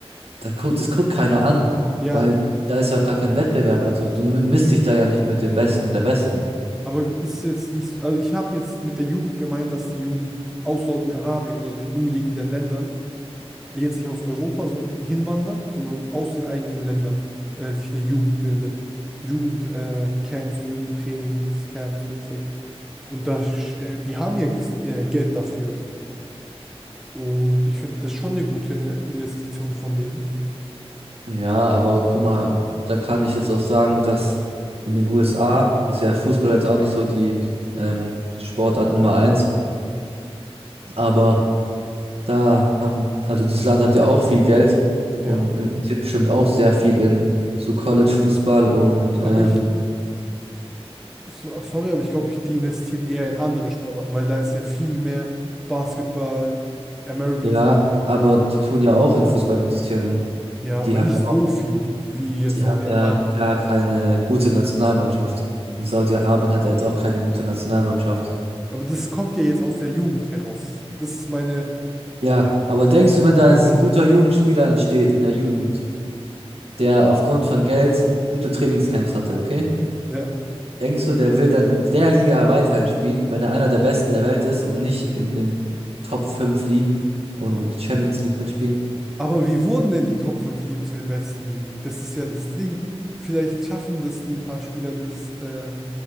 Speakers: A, on the right; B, in the centre.
A: da guckt, das guckt keiner an,
B: Ja,
A: weil da ist ja auch gar kein Wettbewerb. Also du mi- misst dich da ja nicht mit den Besten der Besten.
B: aber ist jetzt nicht, also ich habe jetzt mit der Jugend gemeint, dass die Jugend aus Saudi-Arabien oder den umliegenden Ländern jetzt nicht aus Europa so- hinwandern, sondern aus den eigenen Ländern äh, sich eine Jugend bildet. Jugendcamps äh, Camps und Jugendtrainingscamps mäßig. Und da, sch- äh, die haben ja das äh, Geld dafür. Und ich finde das schon eine gute Investition von denen.
A: Ja, aber guck mal, da kann ich jetzt auch sagen, dass in den USA ist ja Fußball jetzt auch nicht so die ähm, Sportart Nummer eins, aber Da haben, also das Land hat ja auch viel Geld
B: Ja.
A: und investiert bestimmt auch sehr viel in so College-Fußball und ähm,
B: Aber Mhm. ich, so, sorry, aber ich glaube, ich, die investieren eher in andere Sportarten, weil da ist ja viel mehr Basketball, American
A: ja,
B: Football und
A: aber
B: sowas bekannt.
A: die tun ja auch in Fußball investieren und
B: Ja, aber
A: die haben
B: nicht
A: ja auch,
B: Mhm. so viel wie jetzt
A: die
B: Saudi-Arabien.
A: haben ja gar keine gute Nationalmannschaft. Und Saudi-Arabien hat ja jetzt auch keine gute Nationalmannschaft.
B: Aber das kommt ja jetzt aus der Jugend heraus. Das ist meine
A: Ja, aber denkst du, wenn da
B: Theorie.
A: jetzt ein guter Jugendspieler entsteht in der Jugend, der aufgrund von Geld gute Trainingscamps hatte, okay?
B: Ja.
A: Denkst du, der will dann in der Liga weiterhin spielen, wenn er einer der Besten der Welt ist und nicht in den Top 5 Ligen und um die Champions League mitspielen?
B: Aber wie wurden denn die Top 5 Ligen zu den besten Ligen? Das ist ja das Ding. Vielleicht schaffen das die paar Spieler, das äh,